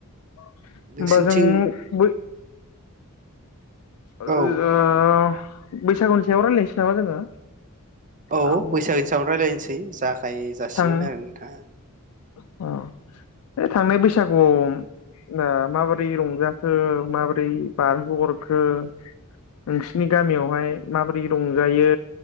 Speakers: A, on the left; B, on the right.
A: होमबा
B: नोंसिनिथिं
A: जों बै ओ-आ
B: औ
A: बैसागुनि सायाव रायलानोसै नामा जोङो?
B: औ
A: आं
B: बैसागोनि सायावनो रायलायनो सै जाख गाय जासिगोन
A: थां
B: आरो नोंथाङा ।
A: अ बे थांनाय बैसागुआव ओ माबोरै रंजाखो माबोरै बारहोहरखो नोंसिनि गामियावहाय माबोरै रंजायो